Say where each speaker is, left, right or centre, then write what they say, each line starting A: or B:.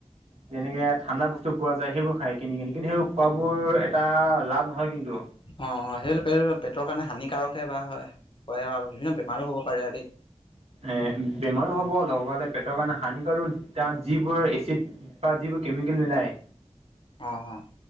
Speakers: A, on the right; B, on the left.
A: যেনেকে ঠাণ্ডা বস্তু পোৱা যায় সেইবোৰ খাই কিনি কিনি কিন্তু সেইবোৰ খোৱাবোৰ এটা লাভ নহয় কিন্তু।
B: অ অ সেই পেটৰ কাৰণে হানিকাৰকে বা হয়, হয় বিভিন্ন বেমাৰো হ'ব পাৰে আৰু দেই।
A: এহ বেমাৰো হ'ব লগতে পেটৰ কাৰণে হানিকাৰো তাত যিবোৰ এচিড বা যিবোৰ কেমিকেল মিলাই
B: অ অ